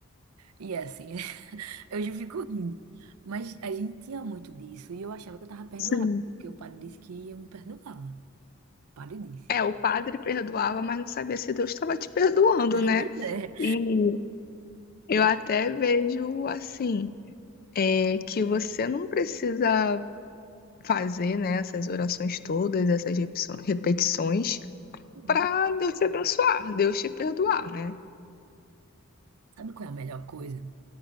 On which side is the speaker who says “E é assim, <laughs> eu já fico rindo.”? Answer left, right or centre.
Right